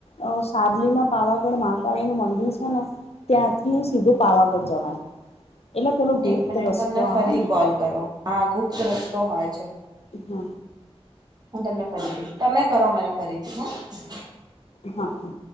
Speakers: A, on the left; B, on the right.
A: અ સાબલીમાં પાવાગઢ માહકાળીનું મંદિર છે ને ત્યાંથી સીધું પાવાગઢ જવાય. એટલે પેલો ગુપ્ત
B: એક મિનિટ
A: રસ્તો
B: હું તમને
A: આવે
B: ફરી
A: ને
B: કોલ કરું હા ગુપ્ત રસ્તો મળે છે.
A: હમ્મ.
B: હું તમને ફરીથી તમે કરો મને ફરીથી હમ્મ.
A: હા હા.